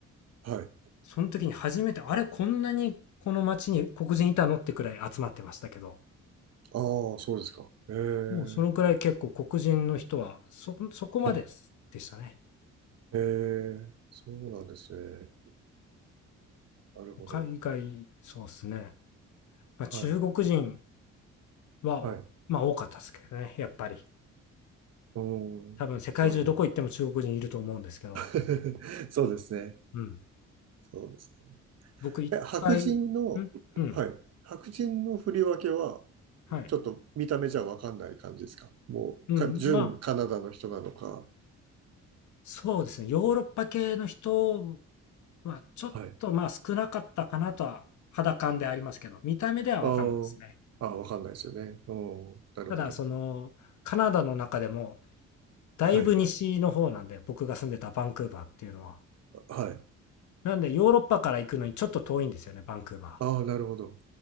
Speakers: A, on the right; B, on the left.
A: はい。
B: その時に初めて、あれ、こんなにこの街に黒人いたのってくらい集まってましたけど、
A: ああ、そうですか。へえ、
B: もうそのくらい結構黒人の人はそ、そこまででしたね。
A: はい。へえ、そうなんですね。なるほど。
B: 海外、そうですね。まあ、中国人
A: はい。
B: は、
A: はい
B: まあ多かったですけどね、やっぱり。
A: おー、
B: 多分世界中どこ行っても中国人いると思うんですけど。
A: なるほど。<laughs> そうですね。
B: うん。
A: そうですね。
B: 僕一回、
A: え、白人の、
B: んうん。
A: はい。白人の振り分けは、
B: はい。
A: ちょっと見た目じゃわかんない感じですかもう、
B: うん。
A: か、純カナダの人なのか。
B: まあ、そうですね。ヨーロッパ系の人は、ちょっとまあ少なかったかなとは、
A: はい。
B: 肌感でありますけど、見た目では分かんないですね。
A: あーあー、わかんないですよね。おー、なるほど。
B: ただ、その、カナダの中でも、だいぶ西の方なんで、
A: はい。
B: 僕が住んでたバンクーバーっていうのは。
A: はい。
B: なんで、ヨーロッパから行くのにちょっと遠いんですよね、バンクーバ
A: ああ、なるほど。